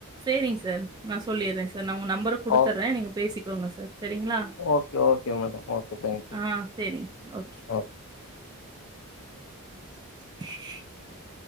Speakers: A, on the right; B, on the left.
A: சேரிங்க சார் நான் சொல்லிறேன் சா நான் உங்க நம்பர் கொடுத்துர்றேன்
B: ஓ
A: நீங்க பேசிக் சொல்லுங்க சார் சரிங்களா
B: okay okay madam okay thank you
A: ஆ சேரிங் ஓகே
B: ஒகே
A: <inaudible>